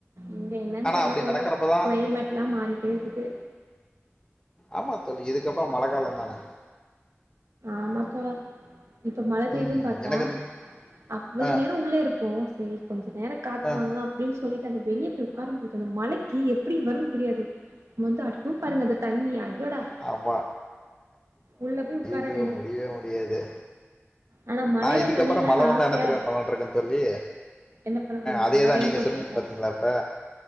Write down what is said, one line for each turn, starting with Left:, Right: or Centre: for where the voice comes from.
Right: இங்க என்னன்னு தெரியல
Left: அப்படி
Right: தோலா
Left: நடக்கிறப்பதான்
Right: கிளைமேட் எல்லாம் மாறிட்டே இருக்குக்து
Left: ஆமா தோழி இதுக்கப்புறம் மழை காலம்தானே
Right: ஆமாத்தோழா இப்ப மழை பெயுதுன்னு
Left: ம்
Right: பார்த்தா
Left: எனக்கு இந்த-
Right: அவ்வளவு
Left: ஆ
Right: நேரம் உள்ள இருப்போம் சரி கொஞ்சம் நேர காத்து
Left: ஆ
Right: வாங்கலாம் அப்படின்னு சொல்லி அந்த வெளியே போய் உட்காரும் போது அந்த மழைக்கு எப்படி வரும்னு தெரியாது முந்து அடிக்கும் பாருங்க அந்த தண்ணி அய்யோடா
Left: ஆமா
Right: உள்ள போய்
Left: அய்யோ
Right: வேண்டியதா
Left: முடிய முடியாது
Right: ஆனா மழையில
Left: நான் இதுக்கப்புறம்
Right: நனையலான்னு
Left: மழை வந்தான்
Right: ஆசையா
Left: என்ன தெரியுமா
Right: இருக்கு
Left: பண்ணலாம் இருக்கேன் தோழி
Right: என்ன பண்ண போறீங்க
Left: அதே
Right: இப்பல்லா
Left: தான்
Right: ரெயின்
Left: நீங்க
Right: கோட்
Left: சொன்னிங்க
Right: போட்டா
Left: பாத்தீங்களா இப்ப